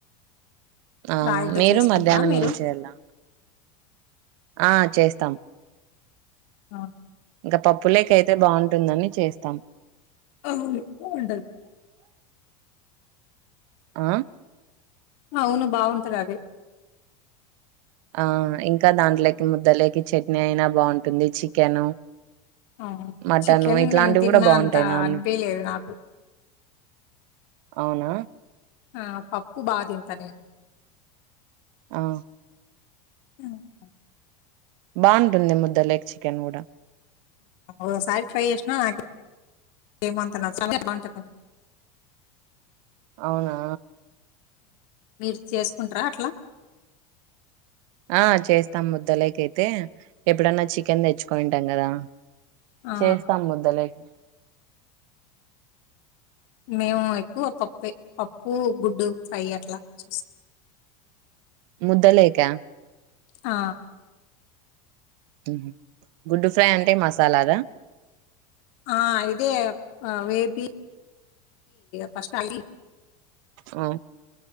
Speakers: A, on the right; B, on the left.
A: ఆ
B: రాయితో
A: మీరూ
B: చేసుకుంటారా
A: మధ్యానం
B: మీరు
A: ఏం చెయల్లా ఆ చేస్తాం
B: ఔను
A: ఇంక పప్పులేకైతే బావుంటుందని చేస్తాం
B: అవును <inaudible>
A: ఆ
B: అవును బావుంటది అది
A: ఆ ఇంకా దాంట్లోకి ముద్దలేకి చట్నీ అయినా బావుంటుంది చికెను
B: అవును
A: మటను
B: చికెన్
A: ఇట్లాంటివి
B: నేను తిన్నా
A: కూడా బాగుంటాయి
B: అంత
A: నాన్
B: అన్పియ్యలేదు నాకు
A: అవునా
B: ఆ పప్పు బా తింతా నేను
A: ఔ
B: <unintelligible>
A: బావుంటుంది ముద్దలేకి చికెన్ కూడా
B: ఓసారి ట్రై చేసినా నాకి ఏం అంత నచ్చలే <inaudible>
A: అవునా
B: మీరు చేసుకుంటరా అట్లా
A: ఆ చేస్తాం ముద్దలేకైతే ఎప్పుడన్నా చికెన్ తెచ్చుకోనింటాం కదా
B: ఆ,
A: చేస్తాం ముద్దలేకి
B: మేము ఎక్కువ పప్పే పప్పు గుడ్డు ఫ్రై అట్లా చేస్
A: ముద్దలేేకా
B: ఆ
A: ఉహు గుడ్డు ఫ్రై అంటే మసాలాదా
B: ఆ ఇదే వేపి ఫస్ట్ అలీ
A: ఆ